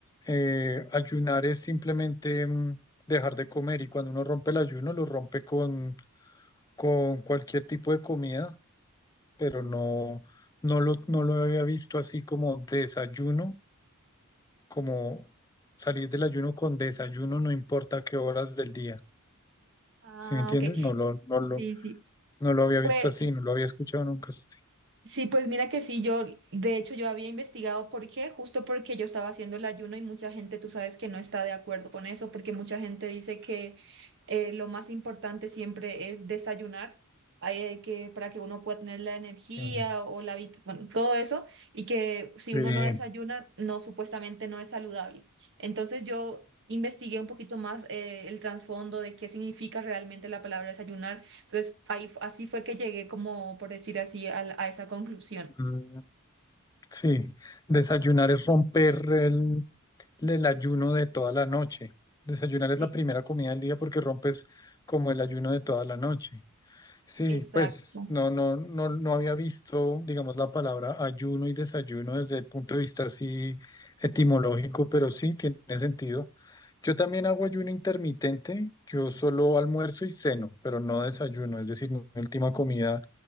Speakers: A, on the left; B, on the right.
A: eh, ayunar es simplemente mm, dejar de comer y cuando uno rompe el ayuno lo rompe con, con cualquier tipo de comida, pero no, no lo, no lo había visto así como desayuno, como salir del ayuno con desayuno, no importa qué horas del día.
B: Ah,
A: ¿Sí me entiendes?
B: ok.
A: No lo, no lo,
B: Sí, sí.
A: no lo había
B: Pues
A: visto así, no lo había escuchado nunca así.
B: sí, pues mira que sí, yo, de hecho, yo había investigado por qué, justo porque yo estaba haciendo el ayuno y mucha gente, tú sabes que no está de acuerdo con eso, porque mucha gente dice que eh, lo más importante siempre es desayunar, eh, que para que uno pueda tener la energía
A: Mm,
B: o la vit- bueno, todo eso, y que si
A: Sí.
B: uno no desayuna, no, supuestamente no es saludable. Entonces yo investigué un poquito más eh, el trasfondo de qué significa realmente la palabra desayunar entonces, ahí, fu- así fue que llegué, como por decir así, a, la- a esa conclusión.
A: Mm, Sí, desayunar es romper el, el ayuno de toda la noche. Desayunar
B: Sí,
A: es la primera comida del día porque rompes como el ayuno de toda la noche. Sí,
B: exacto.
A: pues no, no, no, no había visto, digamos, la palabra ayuno y desayuno desde el punto de vista así etimológico, pero sí tiene sentido. Yo también hago ayuno intermitente, yo solo almuerzo y ceno, pero no desayuno, es decir, mi última comida